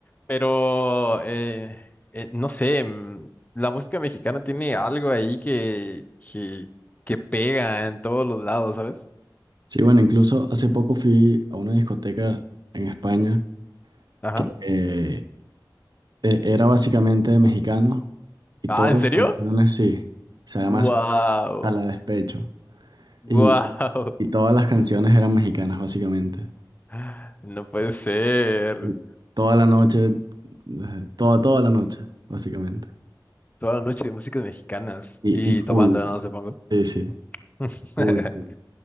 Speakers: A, on the left; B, on the right.
A: Pero, eh, eh, no sé, mm, la música mexicana tiene algo ahí que, que, que pega en todos los lados, ¿sabes?
B: Sí, bueno, incluso hace poco fui a una discoteca en España
A: Ajá.
B: que eh, e- era básicamente de mexicanos y
A: Ah,
B: todas
A: ¿en serio?
B: las canciones sí. O sea, además
A: ¡Wow!
B: a la despecho.
A: ¡Wow!
B: Y, y todas las canciones eran mexicanas, básicamente.
A: <laughs> No puede ser.
B: Y Toda la noche, desde- toda, toda la noche, básicamente.
A: Toda la noche de músicas mexicanas
B: Y,
A: y
B: y full,
A: tomando, no supongo.
B: sí, sí,
A: <laughs>
B: full, full,